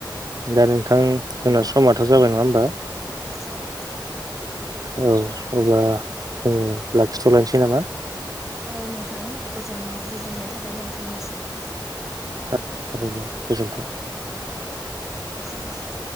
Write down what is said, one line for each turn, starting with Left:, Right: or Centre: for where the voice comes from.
Right: दा नोंथां जोंना समाथ' जाबाय नङा होनबा।
Centre: औ नंगौ
Right: औ अब्ला जों लाखिथ'लायनोसै नामा।
Centre: औ नोंथां गोजोन गोजोननाय थाबाय नोंथांनिसिम।
Right: औ थारैनोे गोजोन्थों।
Centre: एसेनोसै।